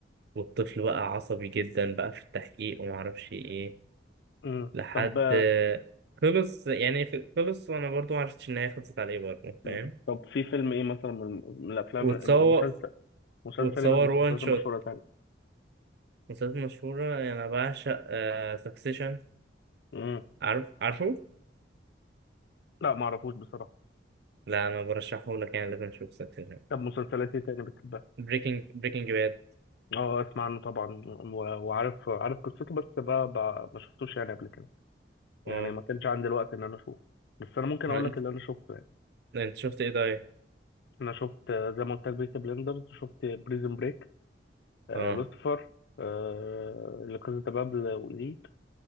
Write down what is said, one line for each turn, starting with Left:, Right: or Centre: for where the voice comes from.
Right: والطفل بقى عصبي جدا بقى في التحقيق ومعرفش إيه
Left: مم.
Right: لحد
Left: طب آه،
Right: آه، خلص يعني خ- خلص وأنا برضو معرفتش إن هي خلصت عليه برضه
Left: مم.
Right: فاهم
Left: طب في فيلم ايه مثلا من من الافلام
Right: وتصور
Left: مسلسل مسلسل
Right: وتصور
Left: إيه من المسلسلات
Right: وان
Left: المشهوره
Right: شوت
Left: تاني
Right: مسلسلات مشهورة يعني أنا بعشق سكسيشن
Left: مم.
Right: عارف عارفه؟
Left: لا ما اعرفوش بصراحه
Right: لا أنا برشحهولك يعني لازم تشوف سكسيشن
Left: طب مسلسلات ايه تاني بتحبها
Right: بريكنج بريكنج باد
Left: اه اسمع عنه طبعا و- وعارف عارف قصته بس بقى, بقى ما شفتوش يعني قبل كده يعني
Right: اه
Left: ما كانش عندي الوقت ان انا اشوفه بس انا ممكن
Right: ما
Left: اقول
Right: انت
Left: لك اللي انا شفته يعني
Right: انت شفت ايه طيب
Left: انا شفت آه، زي ما قلت لك بيكي بلندرز شفت بريزن بريك آه
Right: اه
Left: لوسيفر آه لكازا دي بابل وإليت